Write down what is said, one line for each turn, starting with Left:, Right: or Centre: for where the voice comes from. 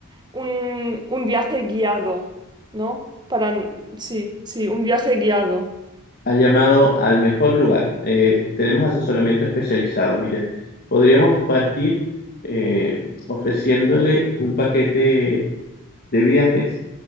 Right: un, un viaje guiado, ¿no? Para, sí, sí, un viaje guiado.
Left: Ha llamado al mejor lugar. Eh, tenemos asesoramiento especializado. Mire, podríamos partir eh, ofreciéndole un paquete de viajes